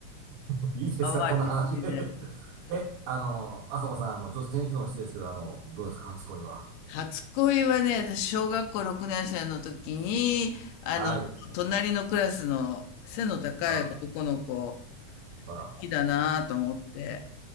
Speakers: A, on the right; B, on the left.
A: <laughs> いいですかこんな話。
B: 淡い思い出
A: <laughs> え、あの、あさこさん、もう女性に聞くのも失礼ですけど、あの、どうですか初恋は。
B: 初恋はね、私、小学校6年生の時に、あの、
A: はい。
B: 隣のクラスの背の高い男の子、
A: あら、
B: 好
A: あら。
B: きだなぁと思って、